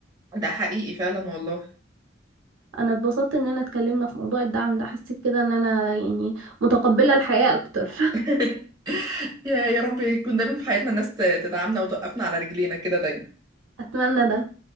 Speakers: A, on the right; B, on the right.
A: ده حقيقي فعلا والله
B: انا اتبسطت اننا اتكلمنا في موضوع الدعم ده حسيت كده ان انا يعني متقبلة الحياة اكتر
A: <laughs> يا يا رب يكون دايما في حياتنا ناس تدعمنا وتوقفنا على رجلينا كده دايما
B: <laughs> اتمنى ده